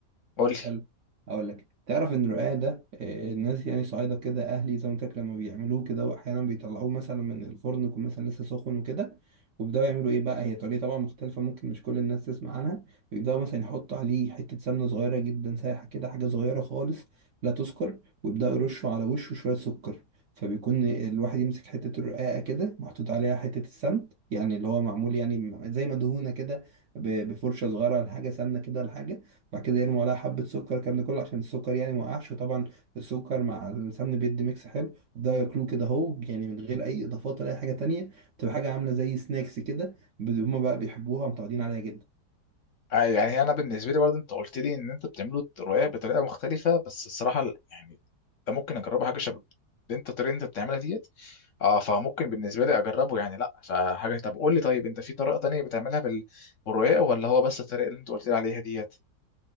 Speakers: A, on the left; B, on the right.
A: قول لي
B: حلو اقول لك تعرف ان الرقاق ده آه، الناس يعني صعيدة كده اهلي زي ما قلت لك لما بيعملوه كده واحيانا بيطلعوه مثلا من الفرن يكون مثلا لسه سخن وكده وبيبداوا يعملوا ايه بقى هي طريقه طبعا مختلفه ممكن مش كل الناس تسمع عنها بيبداوا مثلا يحطوا عليه حته سمنه صغيره جدا سايحه كده حاجه صغيره خالص لا تذكر ويبداوا يرشوا على وشه شويه سكر فبيكون الواحد يمسك حته الرقاقه كده محطوط عليها حته السمن يعني اللي هو معمول يعني زي ما دهونه كده ب- بفرشه صغيره لحاجه سمنه كده لحاجه بعد كده يرموا عليها حبة سكر الكلام ده كله عشان السكر يعني ما وقعش وطبعا السكر مع السمن بيدي ميكس حلو وبدأوا ياكلوه كده اهو يعني من غير اي اضافات ولا اي حاجة تانية تبقى حاجة عاملة زي سناكس كده ب- هما بقى بيحبوها ومتعودين عليها جدا
A: آه، يعني انا بالنسبه لي برضه انت قلت لي ان انت بتعملوا الرقاق بطريقه مختلفه بس الصراحه ال- يعني ده ممكن اجربه حاجه شبه اللي انت الطريقه اللي انت بتعملها ديت اه فممكن بالنسبه لي اجربه يعني لا فحاجه طب قول لي طيب انت في طريقه تانية بتعملها بال- بالرقاق ولا هو بس الطريقه اللي انت قلت لي عليها ديت